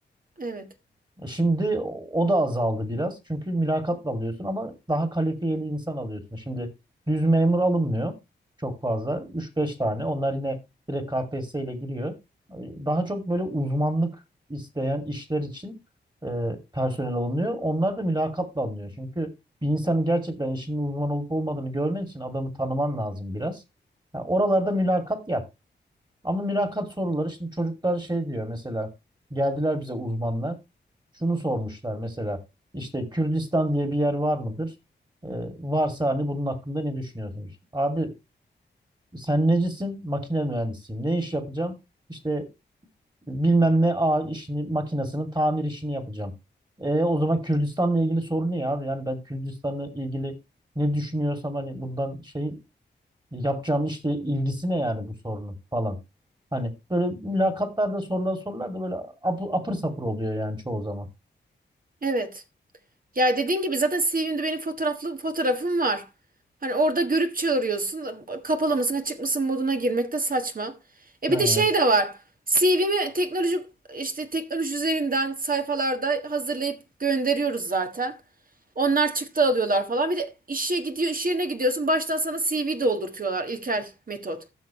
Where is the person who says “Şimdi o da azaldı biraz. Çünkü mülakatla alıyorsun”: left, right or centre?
Right